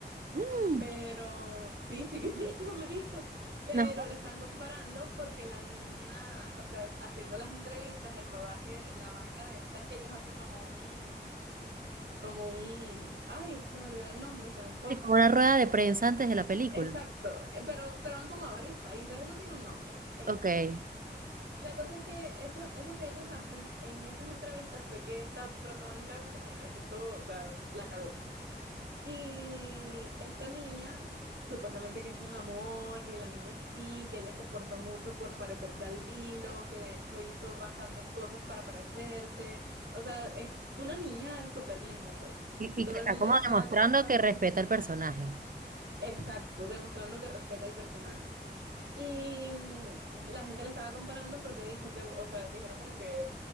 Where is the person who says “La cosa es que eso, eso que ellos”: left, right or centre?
Right